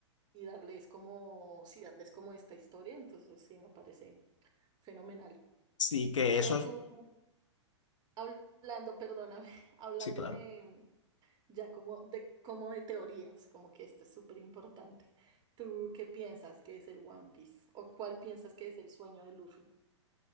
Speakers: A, on the right; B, on the left.
A: y darles como, sí, darles como esta historia. Entonces, sí, me parece fenomenal.
B: Sí, que
A: Pero
B: eso
A: tú,
B: es-
A: Hablando, perdóname, <laughs> hablando
B: Sí, claro.
A: de ya como de como de teorías, como que esto es súper importante. ¿Tú qué piensas que es el One Piece? ¿O cuál piensas que es el sueño de Luffy?